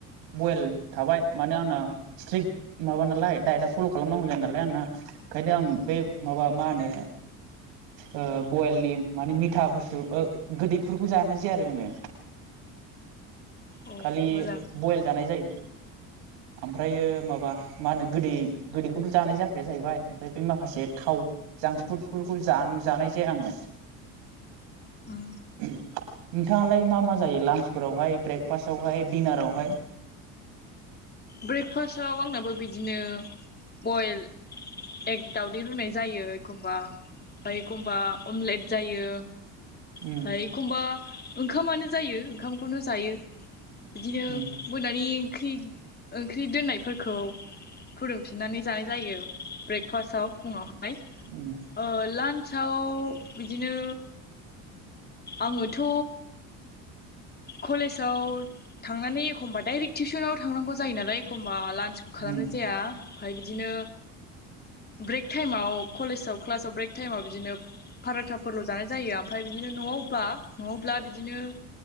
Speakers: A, on the right (about 80°); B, on the left (about 25°).
A: बयेल थाबाय माने आंना स्ट्रिक माबा नालाय डाइटआ फल' खालामनांगौ जायो नालाय आंना ओंखायनो आं बे माबा मा होनो ओ बयेलनि माने मिथा बुस्थु ओ गोदैफोरखौ जानाय जाया आरो आङो
B: औ
A: खालि
B: मोजां
A: बयल जानाय जायो ओमफ्रायो माबा मा होनो गोदै गोदैखौथ' जानाय जाखाया जाहैबाय ओमफ्राय बे माखासे थाव जांक्सफुटफोरखौ जान जानाय जाया आङो
B: उम
A: नोंथाङालाय मा मा जायो लान्चफोरावहाय ब्रेकफास्टावहाय दिडिनारावहाय <inaudible>
B: ब्रेकफास्टाव आंनाबो बिदिनो बइल एक दावदै रुनाय जायो एखमबा ओमफ्राय एखमबा अमलेट जायो ओमफ्राय
A: उम
B: एखमबा ओंखामानो जायो ओंखामखौनो जायो बिदिनो
A: उम
B: मोनानि ओंख्रि ओंख्रि दोननायफोरखौ फुदुंफिननानै जानाय जायो ब्रेकफास्टाव फुङावहाय
A: उम
B: ओ लान्स साव बिदिनो आङोथ' कलेजाव थांनानै एखमबा डाइरेक्ट टिउसनाव थांनांगौ जायो नालाय एखम बा लान्चखौ खालामनाय
A: उम
B: जाया ओमफ्राय बिदिनो ब्रेक टाइमाव कलेजाव क्लासाव ब्रेक टाइमाव बिदिनो फाराथाफोरल' जानाय जायो ओमफ्राय बिदिनो न'आवब्ला न'आवब्ला बिदिनो